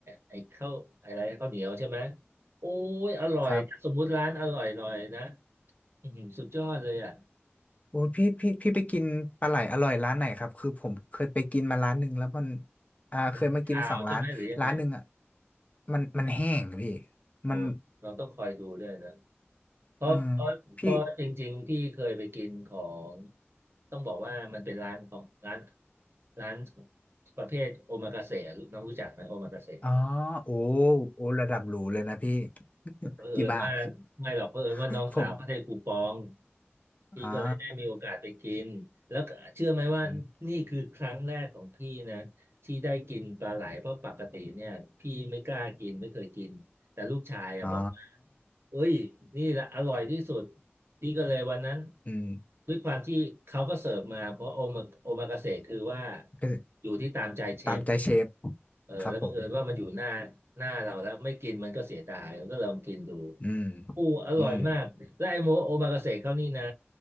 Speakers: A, on the right; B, on the left.
A: ไอ้ข้าวอะไรข้าวเหนียวใช่ไหมโอ้ยอร่อยสมมุติร้านอร่อยหน่อยนะ
B: ครับ
A: อื้อหือสุดยอดเลยอ่ะ
B: โอ้ยพี่พี่พี่ไปกินปลาไหลอร่อยร้านไหนครับคือผมเคยไปกินมาร้านหนึ่งแล้วมันอ่าเคยมากินสองร้านร้านหนึ่งอ่ะ
A: มันข่าวใช่ไหมหรือยังไง
B: มันมันแห้งอะพี่
A: โอ้
B: มัน
A: เราต้องคอยดูด้วยนะ เพราะเพราะเพราะจริงๆพี่เคยไปกินของ
B: เออพี่
A: ต้องบอกว่ามันเป็นร้านของร้านร้านประเภทโอมากาเสะน้องรู้จักไหมโอมากาเสะ
B: อ๋อโอ้โอ้ระดับหรูเลยนะพี่ <laughs>
A: เผอิญว่า
B: กี่บาท
A: ไม่หรอกเผอิญว่าน้องสาวเขาได้คูปอง
B: <laughs> ผม
A: พี่ก็เลยได้มีโอกาสไปกินแล้วก็เชื่อไหมว่านี่คือครั้งแรกของพี่นะที่ได้กินปลาไหลเพราะปกติเนี่ยพี่ไม่กล้ากินไม่เคยกินแต่ลูกชายอะบอกว่า
B: อ่าอมอ๋อ
A: เอ้ยนี่แหละอร่อยที่สุดพี่ก็เลยวันนั้น
B: อืม
A: ด้วยความที่เขาก็เสิร์ฟมาเพราะโอมาโอมากาเสะคือว่า
B: ก็
A: อยู่ที่ตามใจเชฟ
B: ตามใจเชฟ
A: เออแล้วบังเอิญว่ามันอยู่หน้า
B: ครับผม
A: หน้าเราแล้วไม่กินมันก็เสียดายก็ลองกินดู
B: อืม
A: อู้อร่อยมากและไอโมโอมากาเสะเขานี่นะ
B: อืม